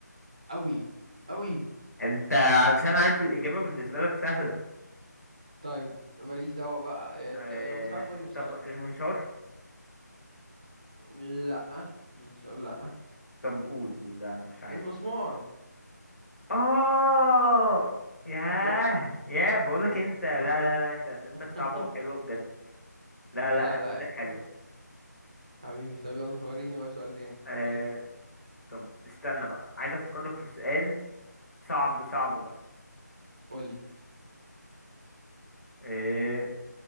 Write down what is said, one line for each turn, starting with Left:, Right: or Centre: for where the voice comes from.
Right: قوي قوي
Left: انت علشان عارف الإجابة بالنسبة لك سهلة
Right: طيب ماليش دعوة بقى يعني
Left: آه...
Right: انت لو مش عارف قولي مش
Left: طب
Right: عارف
Left: المنشار
Right: لا مش لا
Left: طب قول قول لا انا مش عارف
Right: المسمار
Left: اه ياه
Right: شفت
Left: ياه بقولك
Right: شفت
Left: انت لا لا لا انت اسئلتك
Right: <laughs>
Left: صعبة وحلوة بجد لا
Right: لا
Left: لا اسئلتك
Right: لا
Left: حلوة
Right: يا حبيبي طب يلا وريني بقى سؤال تاني
Left: آه...
Right: قولي
Left: طب استنى بقى عايز افكر لك في سؤال صعب صعب بقى
Right: قولي
Left: آه...